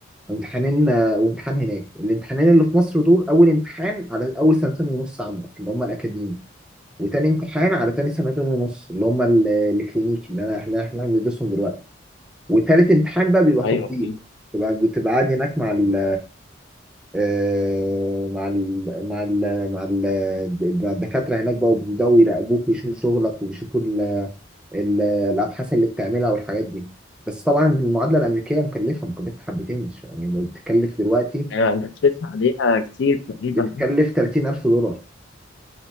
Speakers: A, in the centre; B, on the left (about 65°).
A: وامتحانين آه، وامتحان هناك الامتحانين اللي في مصر دول اول امتحان على اول سنتين ونص عندك اللي هم الاكاديمي وتاني امتحان على تاني سنتين ونص اللي هم ال- الكلينيكي اللي انا اللي احنا بندرسهم دلوقتي وتالت امتحان بقى بيبقى تطبيق
B: ايوه فهمت
A: تبقى بتبقى قاعد هناك مع ال آه، مع ال مع ال مع ال مع الدكاترة هناك بقى وبيبدأوا يراقبوك ويشوفوا شغلك ويشوفوا ال- ال- الأبحاث اللي بتعملها والحاجات دي بس طبعا المعادلة الأمريكية مكلفة مكلفة حبتين مش- يعني بتكلف دلوقتي
B: يعني انت بتدفع عليها كتير تقريبا
A: بتكلف 30000 دولار